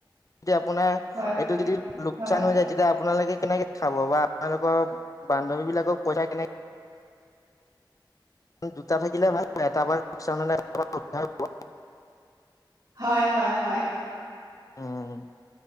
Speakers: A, on the left; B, on the right.
A: যদি আপোনাৰ
B: হয়
A: এইটো যদি লোকচান
B: হয়
A: হৈ যায়। তেতিয়া আপোনালোকে কেনেকে খাব বা আপোনালোকৰ বান্ধৱী বিলাকক পইচা কেনেকে দুটা থাকিলে ভাল হয়। এটা <unintelligible>
B: হয়, হয়, হয়।
A: উম।